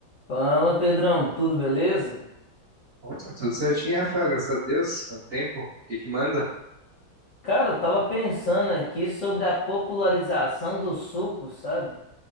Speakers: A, on the left; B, on the right.
A: Fala, Pedrão, tudo beleza?
B: Opa, tudo certinho, Rafael, graças a Deus. Quanto tempo? O que que manda?
A: Cara, eu tava pensando aqui sobre a popularização do suco, sabe?